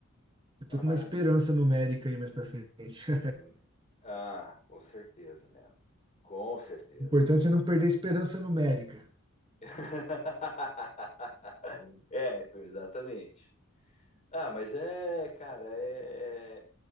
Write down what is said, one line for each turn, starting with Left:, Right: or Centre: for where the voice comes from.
Right: Eu
Left: Ah,
Right: tô com
Left: maravilha.
Right: uma esperança numérica aí mais para frente. <laughs>
Left: Hum, Ah, com certeza, man. Com certeza.
Right: O importante é não perder a esperança numérica.
Left: <laughs> É, exatamente. Ah, mas é, cara, é,